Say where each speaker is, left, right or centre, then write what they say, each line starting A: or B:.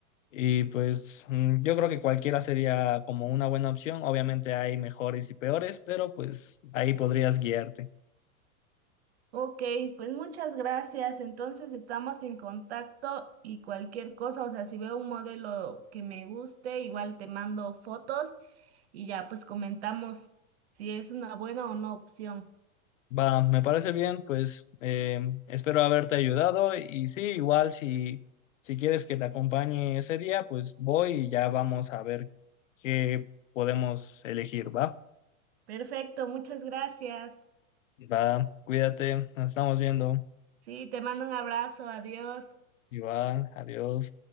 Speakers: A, on the left; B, on the right.
A: Y pues mm, yo creo que cualquiera sería como una buena opción. Obviamente hay mejores y peores, pero pues ahí podrías guiarte.
B: Ok, pues muchas gracias. Entonces estamos en contacto y cualquier cosa, o sea, si veo un modelo que me guste, igual te mando fotos y ya pues comentamos si es una buena o no opción.
A: Va, me parece bien, pues eh, espero haberte ayudado y sí, igual si, si quieres que te acompañe ese día, pues voy y ya vamos a ver qué podemos elegir, ¿va?
B: Perfecto, muchas gracias.
A: Va, cuídate, nos estamos viendo.
B: Sí, te mando un abrazo, adiós.
A: Igual, adiós.